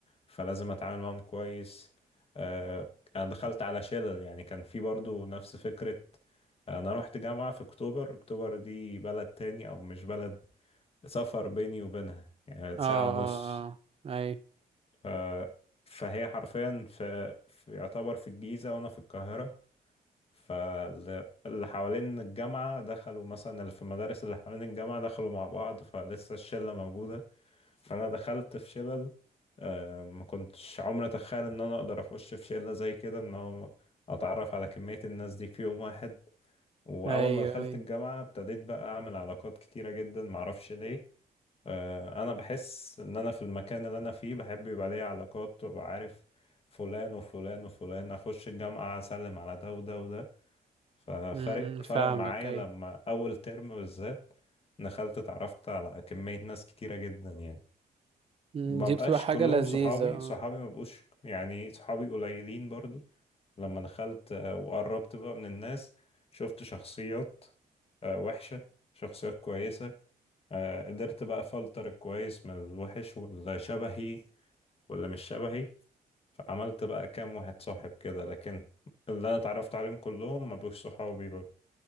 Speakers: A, on the left (about 35°); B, on the right (about 35°).
A: فلازم اتعامل معاهم كويس آه، انا دخلت على شلل يعني كان في برضو نفس فكرة انا رحت جامعة في اكتوبر اكتوبر دي بلد تاني او مش بلد سفر بيني وبينها يعني
B: اه
A: ساعة
B: اه
A: ونص
B: اه ايوه
A: ف... فهي حرفيا في... في يعتبر في الجيزة وأنا في القاهرة فاللي حوالين الجامعة دخلوا مثلا اللي في المدارس اللي حوالين الجامعة دخلوا مع بعض فلسه الشلة موجودة فأنا دخلت في شلل آه، ما كنتش عمري أتخيل إن أنا أقدر أخش في شلة زي كده إن هو أتعرف على كمية الناس دي في يوم واحد واول
B: ايوه
A: ما دخلت
B: ايوه
A: الجامعه ابتديت بقى اعمل علاقات كتيره جدا معرفش ليه آه، انا بحس ان انا في المكان اللي انا فيه بحب يبقى ليا علاقات وابقى عارف فلان وفلان وفلان اخش الجامعه اسلم على ده وده وده ففرق
B: امم فاهمك
A: فرق معايا
B: اي
A: لما اول ترم بالذات دخلت اتعرفت على كميه ناس كتيره جدا يعني
B: مم،
A: ما
B: دي
A: بقاش
B: بتبقى حاجة
A: كلهم
B: لذيذة
A: صحابي
B: اه
A: صحابي ما بقوش يعني صحابي قليلين برضو لما دخلت آه، وقربت بقى من الناس شفت شخصيات آه، وحشة شخصيات كويسة آه، قدرت بقى أفلتر الكويس من الوحش واللي شبهي واللي مش شبهي فعملت بقى كام واحد صاحب كده لكن اللي أنا اتعرفت عليهم كلهم ما بقوش صحابي برضه